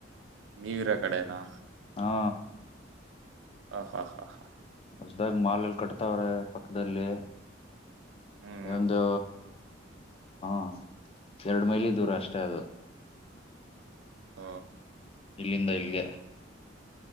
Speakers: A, on the right; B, on the left.
A: ಮೀವರ ಕಡೆನಾ
B: ಹಾ
A: ಹ ಹಾ ಹಾ ಹಾ
B: ಹೊಸ್ದಾಗ ಮಾಲ್ ಎಲ್ಲಿ ಕಟ್ತಾವ್ರೆ ಪಕ್ಕದಲ್ಲಿ
A: ಹ್ಮ್
B: ಒಂದು ಹಾ ಎರಡು ಮೈಲಿ ದೂರ ಅಷ್ಟೇ ಅದು
A: ಹ
B: ಇಲ್ಲಿಂದ ಇಲ್ಗೆ